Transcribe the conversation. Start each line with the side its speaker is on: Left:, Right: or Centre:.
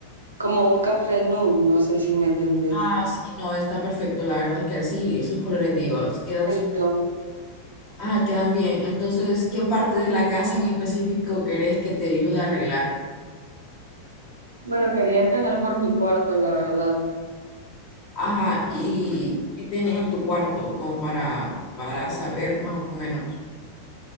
Right: como un café nude, no sé si me entendés.
Left: Ah, sí, no, está perfecto, la verdad es que sí, esos colores digo, quedan
Right: Clarito.
Left: súper... Ah, quedan bien. Entonces, ¿qué parte de la casa en específico crees que te ayude a arreglar?
Right: Bueno, quería empezar por mi cuarto, la verdad.
Left: Ajá, ¿y qué tenés en tu cuarto como para, para saber más o menos?